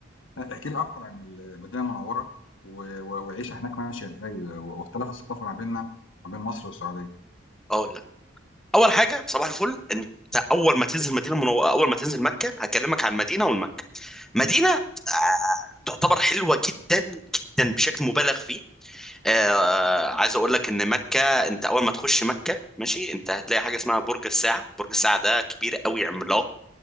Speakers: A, on the left; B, in the centre.
A: احكي لي اكتر عن المدينه المنوره و- و- والعيشه هناك ماشيه ازاي و- واختلاف الثقافه ما بيننا ما بين مصر والسعوديه
B: اقول لك اول حاجه صباح الفل انت اول ما تنزل مدينه منو... اول ما تنزل مكه هكلمك عن المدينه والمكه مدينه آه، تعتبر حلوه جدا جدا بشكل مبالغ فيه آه عايز اقول لك ان مكه انت اول ما تخش مكه ماشي انت هتلاقي حاجه اسمها برج الساعه برج الساعه ده كبير قوي عملاق